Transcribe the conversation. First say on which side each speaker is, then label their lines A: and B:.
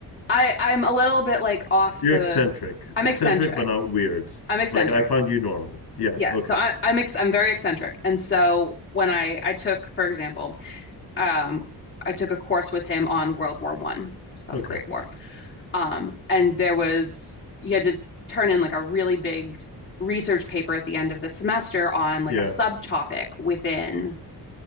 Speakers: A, on the left; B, on the left.
A: I I'm a little bit like off
B: You're
A: the,
B: eccentric.
A: I'm
B: Eccentric
A: eccentric.
B: but not weird.
A: I'm eccentric.
B: Like I find you normal. Yeah.
A: Yeah,
B: Okay.
A: so I, I'm ex I'm very eccentric, and so when I I took, for example, um, I took a course with him on World War One, so
B: Okay.
A: the Great War. Um, and there was you had to turn in like a really big research paper at the end of the semester on like
B: Yeah.
A: a subtopic within